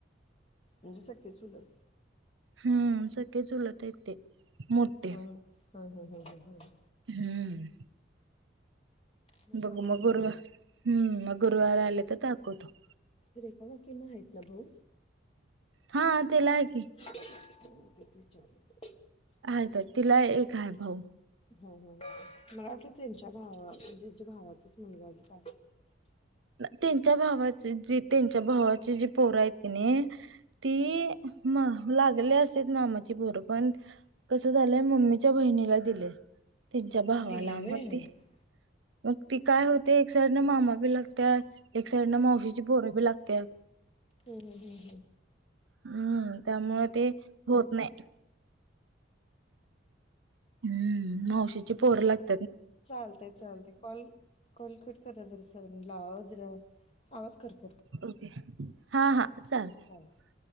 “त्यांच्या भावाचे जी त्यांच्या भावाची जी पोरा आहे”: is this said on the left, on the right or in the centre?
Right